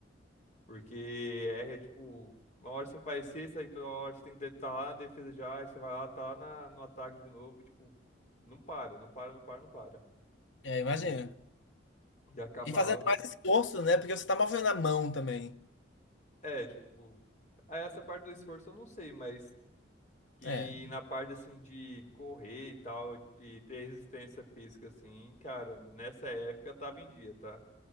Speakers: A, on the left (about 40°); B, on the left (about 75°).
A: Porque é é, tipo, uma hora você faz cesta, aí toda hora você tem que estar lá na defesa já, aí você vai lá, tá lá na, no ataque de novo, e tipo, não para, não para, não para, não para.
B: É, imagina.
A: E, e acabava.
B: E fazendo mais esforço, né? Porque você tá movendo a mão também.
A: É, tipo, essa parte do esforço eu não sei, mas. que
B: É.
A: na parte assim de correr e tal e ter resistência física assim, cara, nessa época tava em dia, tá?